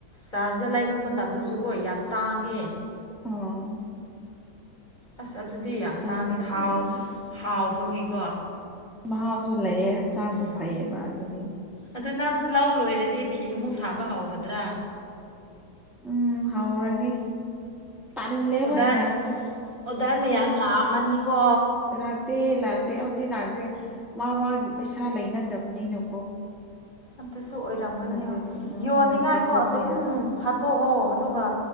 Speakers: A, on the left; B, in the centre.
A: ꯆꯥꯔꯖꯇ ꯂꯩꯕ ꯃꯇꯝꯗꯁꯨ ꯀꯣ ꯌꯥꯝ ꯇꯥꯡꯉꯦ
B: ꯑꯣ
A: ꯑꯁ ꯑꯗꯨꯗꯤ ꯌꯥꯝ
B: ꯇꯥꯡꯉꯦꯕ
A: ꯇꯥꯡꯉꯤꯗ ꯍꯥꯎ
B: ꯑꯗꯨꯗꯤ
A: ꯍꯥꯎꯕꯒꯤꯀꯣ
B: ꯃꯍꯥꯎꯁꯨ ꯂꯩꯌꯦ ꯍꯛꯆꯥꯡꯁꯨ
A: ꯎꯝ
B: ꯐꯩꯌꯦꯕ ꯑꯗꯨꯗꯤ
A: ꯑꯗꯨ ꯅꯪ ꯂꯧ ꯂꯣꯏꯔꯗꯤ ꯐꯤ ꯑꯃꯨꯛ ꯁꯥꯕ ꯍꯧꯒꯗ꯭ꯔꯥ
B: ꯎꯝ ꯍꯧꯔꯒꯦ ꯇꯜꯂꯦꯕ
A: ꯑꯁ ꯑꯣꯗꯔ
B: ꯌꯥꯝꯅ
A: ꯑꯣꯗꯔ ꯃꯌꯥꯝ ꯂꯥꯛꯑꯝꯃꯅꯤꯀꯣ
B: ꯂꯥꯛꯇꯦ ꯂꯥꯛꯇꯦ ꯍꯧꯖꯤꯛꯀꯥꯟꯁꯦ ꯃꯥ ꯃꯥꯒꯤ ꯄꯩꯁꯥ ꯂꯩꯅꯗꯕꯅꯤꯅꯀꯣ
A: ꯑꯗꯨꯁꯨ ꯑꯣꯏꯔꯝꯒꯅꯤ
B: ꯑꯗꯨꯗꯤ ꯑ
A: ꯌꯣꯟꯅꯤꯡꯉꯥꯏꯀꯣ
B: ꯍꯣꯏ ꯆꯠꯊꯣꯛꯄ
A: ꯑꯗꯨꯝ
B: ꯌꯥꯗꯕꯅꯤ
A: ꯁꯠ ꯁꯠꯇꯣꯛꯑꯣ ꯑꯗꯨꯒ